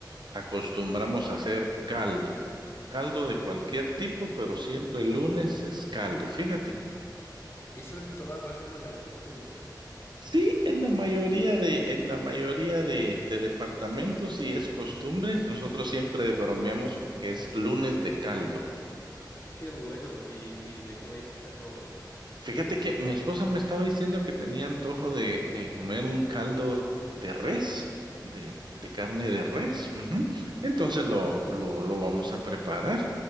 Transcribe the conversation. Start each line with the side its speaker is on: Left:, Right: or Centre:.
Right: acostumbramos a hacer caldo. Caldo de cualquier tipo, pero siempre el lunes es caldo. Fíjate.
Left: Eso en toda Guatemala es costumbre.
Right: Sí, en la mayoría de, en la mayoría de, de departamentos sí es costumbre. Nosotros siempre bromeamos con que es lunes de caldo.
Left: Qué bueno. ¿Y, y de qué vais a hacerlo hoy?
Right: Fíjate que mi esposa me estaba diciendo que tenía antojo de, de comer un caldo de res, de, de carne de
Left: Ujú.
Right: res. Ujú. Entonces lo, lo, lo vamos a preparar.